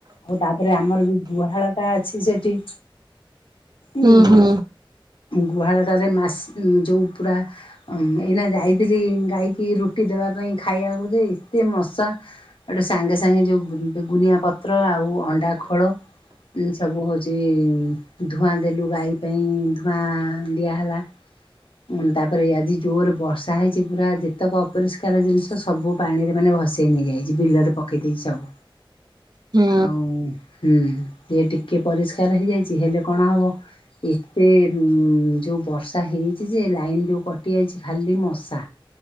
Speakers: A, on the left; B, on the right.
A: ଆଉ ତାପରେ ଆମର ବି ଗୁହାଳ ଟା ଅଛି ସେଠି।
B: ହୁଁ
A: ଉଁ ଗୁ
B: ହୁଁ
A: ଗୁହାଳଟାରେ ମାସ ଯୋଉଁ ପୁରା ଏଇନା ଯାଇଥିଲି ଗାଈକି ରୁଟି ଦେବା ପାଇଁ ଖାଇବାକୁ ଯେ ଏତେ ମଶା ଏଠୁ ସାଙ୍ଗେ ସାଙ୍ଗେ ଯେଉଁ ଗୁଗୁନିଆ ପତ୍ର ଆଉ ଅଣ୍ଡା ଖୋଳ ସବୁ ହେଉଛି ଧୂଆଁ ଦେଲୁ ଗାଈ ପାଇଁ ଧୂଆଁ ଦିଆହେଲା। ଉଁ ତାପରେ ଆଜି ଜୋରେ ବର୍ଷ ତାହା ହେଇଛି ପୁରା ଯେତେକ ଅପରିଷ୍କାର ଜିନିଷ ସବୁ ପାଣିରେ ମାନେ ଭସେଇ ନେଇଯାଇଛି, ବିଲରେ ପକେଇ ଦେଇଛି ସବୁ।
B: ହୁଁ
A: ଆଉ ହୁଁ ସିଏ ଟିକେ ପରିଷ୍କାର ହେଇଯାଇଛି ହେଲେ କଣ ହବ। ଏତେ ଯୋଉ ବର୍ଷା ହେଇଛି ଯେ ଲାଇନ ଯୋଉ କଟି ଯାଇଛି ଖାଲି ମ ସା